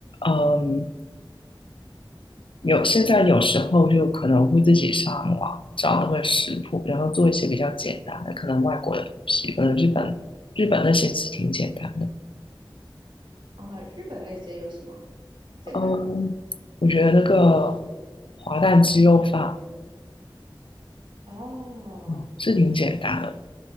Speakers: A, on the left; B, on the right.
A: 嗯，有现在有时候就可能会自己上网找那个食谱，然后做一些比较简单的，可能外国的东西，可能日本日本那些是挺简单的。
B: 啊，日本那些有什么？简单的。
A: 嗯，我觉得那个滑蛋鸡肉饭，
B: 哦，
A: 嗯，是挺简单的，